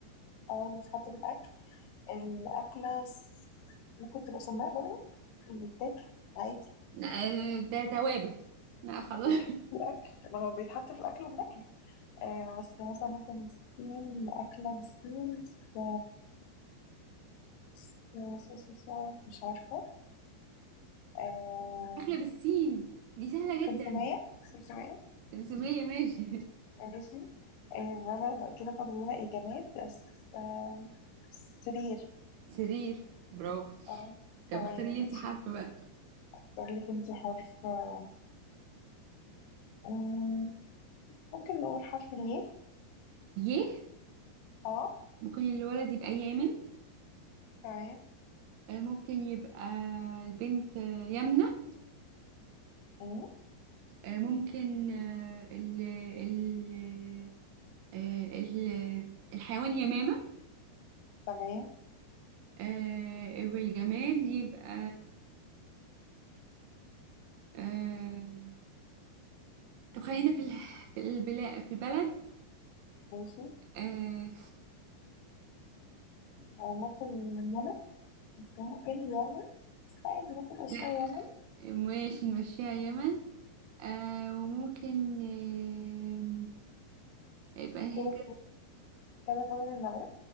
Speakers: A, on the left (about 80°); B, on the right (about 80°).
A: اه اللي بتحط بالأكل الأكلة س- ممكن تبقى سماق برضه بيتاكل عادي
B: آه، ده توابل لا خلاص
A: بيتحط في الأكل ما هو بيتحط في الأكل وبناكله آه بس مثلا ممكن سين أكلة بالسين س- س- س- س- س- مش عارفة آه
B: <laughs> اكله بالسين دي سهله
A: سمسمية
B: جدا
A: سمسمية
B: سمسميه ماشي
A: ماشي آه بلا- كده فاضل لنا إيه جماد بس آه سرير
B: <laughs> سرير برافو
A: اه
B: طب
A: تمام
B: اختاري لي
A: ماشي
B: انت حرف بقى
A: اختار لك انت حرف آه، مم، ممكن نقول حرف الياء
B: ي
A: اه
B: ممكن الولد يبقى يامن
A: تمام
B: آه، ممكن يبقى البنت آه، يمنة
A: مم،
B: آه، ممكن آه، ال ال آه، ال- الحيوان يمامة
A: تمام
B: آه، والجماد يبقى آه، طب خلينا في ال- في البلاد في البلد
A: ماشي
B: آه
A: آه، ممكن يمن بس ممكن يمن بس عايز ممكن اشياء
B: لا
A: يمن
B: ماشي نمشيها يمن آه وممكن آه يبقى هي
A: كده
B: كده
A: كده جوز النبات